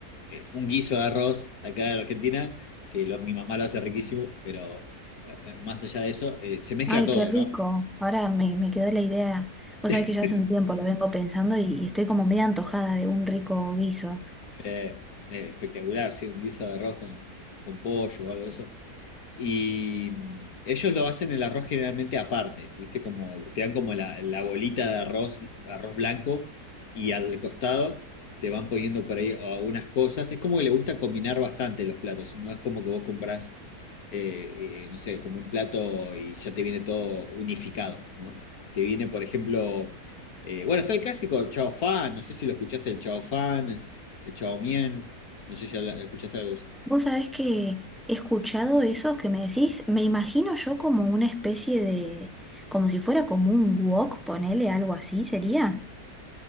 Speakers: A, on the left; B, in the centre.
A: eh, un guiso de arroz acá en Argentina, que lo- mi mamá lo hace riquísimo, pero eh, eh, más allá de eso, eh, se mezcla
B: Ay,
A: todo,
B: qué rico.
A: ¿no?
B: Ahora me, me quedó la idea. Vos
A: <laughs>
B: sabés que ya hace un tiempo lo vengo pensando y, y estoy como media antojada de un rico guiso.
A: Eh, eh, espectacular, sí, un guiso de arroz con, con pollo o algo de eso. Y ellos lo hacen el arroz generalmente aparte, ¿viste? Como, te dan como la, la bolita de arroz, arroz blanco, y al costado te van poniendo por ahí algunas cosas. Es como que le gusta combinar bastante los platos, no es como que vos comprás, eh, eh, no sé, como un plato y ya te viene todo unificado, ¿no? Te viene, por ejemplo, eh, bueno, está el clásico chao fan, no sé si lo escuchaste, el chao fan, el chao mien, no sé si habla- escuchaste algo. de eso.
B: Vos sabés que he escuchado esos que me decís, me imagino yo como una especie de, como si fuera como un wok, ponele algo así, ¿sería?